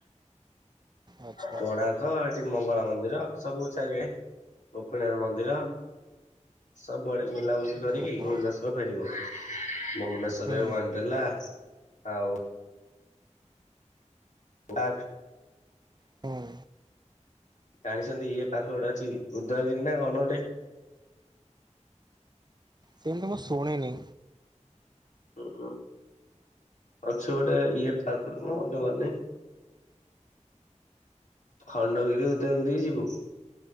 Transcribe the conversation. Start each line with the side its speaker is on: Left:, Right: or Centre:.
Right: ଆଚ୍ଛା
Left: କୋଣାର୍କ ଏଠି ମଙ୍ଗଳା ମନ୍ଦିର ସବୁ ଚାରିଆ ଗୋପୀନାଥ ମନ୍ଦିର ସବୁଆଡେ ବୁଲାବୁଲି କରିକି
Right: ଓହୋ
Left: ଭନେଶ ଫେରିବୁ ଭୁବନେଶ୍ଵରରେ
Right: ହୁଁ
Left: ୱାନଲା ଆଉ ବା
Right: ହୁଁ
Left: ଜାଣିଛନ୍ତି ଇଏ ପାଖ ଗୋଟେ ଅଛି ଉଦୟଗିରି ନା କଣ ଗୋଟେ
Right: ସେମିୁ ମୁଁ ଶୁଣେନି
Left: ହ ଅଛ ଗୋଟେ ଇଏ କଣନି ଖଣ୍ଡଗିରି ଉଦୟଗିରିି ଯିବୁ